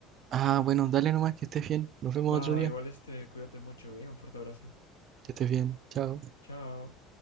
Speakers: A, on the right (about 45°); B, on the left (about 85°).
A: Ah, bueno, dale nomás que estés bien. Nos vemos
B: Va,
A: otro día.
B: igual este, cuídate mucho, ¿ok? Un fuerte abrazo.
A: Que estés bien. Chao.
B: Chao.